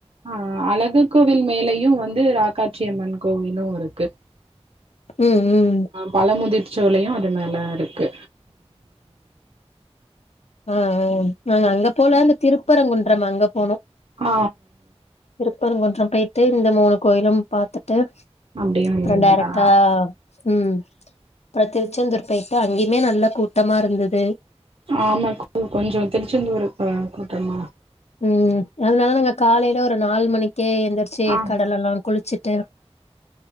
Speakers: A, on the right (about 60°); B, on the left (about 75°).
A: ஆ அழகர் கோவில் மேலயும் வந்து ராக்காட்சியம்மன் கோவிலும் இருக்கு
B: ம் ம்
A: பழமுதிர்சோலயும் அது மேல இருக்கு
B: அ ஆ நாங்க அங்க போல அந்த திருப்பரங்குன்றம் அங்க போனோ
A: ஆ
B: திருப்பரங்குன்றம் பேயிட்டு இந்த மூணு கோயிலும் பாத்துட்டு
A: அப்டியே
B: அப்பறோ
A: வந்தீங்களா
B: டேரக்டா அப்பறோ திருச்செந்தூர் பேயிட்டு அங்கயுமே நல்ல கூட்டமா இருந்தது
A: ஆமா கோ கொஞ்சோ திருச்செந்தூரு அ கூட்டமா
B: ம் அதனால நாங்க காலயில ஒரு நாலு மணிக்கே எந்திர்ச் ரிச்சு
A: ஆ
B: கடலெல்லா குளிச்சுட்டு